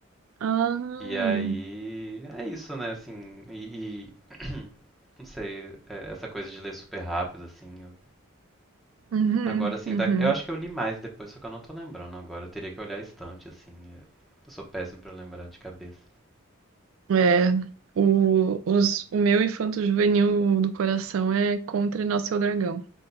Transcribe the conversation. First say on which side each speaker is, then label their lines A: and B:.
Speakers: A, on the right; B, in the centre.
A: Ah,
B: E aí é isso, né, assim. E, e não sei, é, essa coisa de ler super rápido, assim. eu-
A: uhum,
B: Agora, assim,
A: uhum.
B: da- eu acho que eu li mais depois, só que eu não tô lembrando agora. Eu teria que olhar a estante, assim. Eu, eu sou péssimo pra lembrar de cabeça.
A: É. O, os, o meu infanto-juvenil do coração é Contra Nosso Dragão,